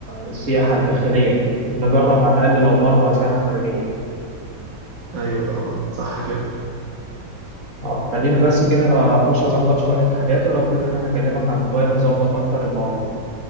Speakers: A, on the right; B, on the right.
A: السياحة الداخلية دي نجرب على الأقل لو مرة سياحة خارجية
B: ايوه طبعا صح كده
A: أه خلينا بس كده لو هنخش أظبط شوية حاجات ولو كده أنا هكلمك على الموبايل نظبط أكتر المواعيد